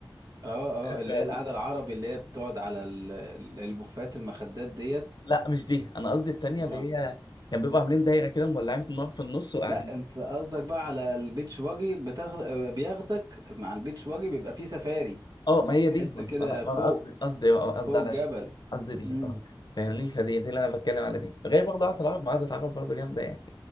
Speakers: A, on the right (about 50°); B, on the left (about 55°).
A: اه
B: <laughs>
A: اه اللي هي القعدة العربي اللي هي بتقعد على ال- ال- البوفات المخدات ديت
B: لا مش دي انا قصدي التانية
A: ما
B: اللي هي كان بيبقوا عاملين دايره كده مولعين في النار في النص وقاعدين
A: لا انت قصدك بقى على البيتش باجي بتاخد آه، بياخدك مع البيتش باجي بيبقى فيه سفاري
B: اه ما هي
A: حتة
B: دي ما انا
A: كده
B: ما أنا ما
A: فوق
B: أنا قصدي قصدي آه، قصدي
A: فوق
B: على
A: الجبل
B: دي قصدي دي
A: امم
B: اه فاهمني فدي دي اللي انا بتكلم على دي غير برضه عاده العرب ما عاده العرب برضه جامده يعني